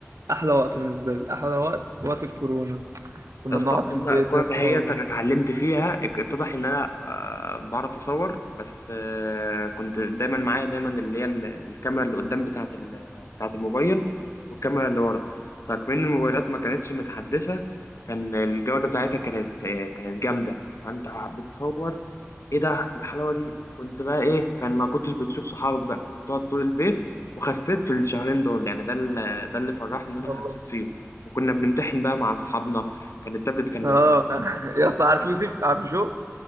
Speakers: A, on the right (about 85°); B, on the left (about 70°).
A: أحلى وقت بالنسبة لي أحلى وقت وقت الكورونا ده كنا
B: يا اسطى
A: بنقعد
B: الكورة
A: في البيت
B: الكورة
A: يا اسطى
B: دهيت
A: و...
B: أنا اتعلمت فيها اتضح إن أنا آه، بعرف أصور بس آه، كنت دايما معايا دايما اللي هي ال- الكاميرا اللي قدام بتاعة ال- بتاعة الموبايل والكاميرا اللي ورا فكمان الموبايلات ما كانتش متحدثة كان الجودة بتاعتها كانت آه، كانت جامدة فأنت بتصور إيه ده إيه الحلاوة دي وكنت بقى إيه كان ما كنتش بتشوف صحابك بقى كنت تقعد طول البيت وخسيت في الشهرين دول يعني ده اللي- ده اللي فرحني إن
A: والله
B: أنا خسيت فيه وكنا بنمتحن بقى مع أصحابنا كان التابلت كان
A: اه
B: بيبقى مفروض
A: <laughs>
B: معانا والله
A: يا اسطى عارف يوسف عارف شو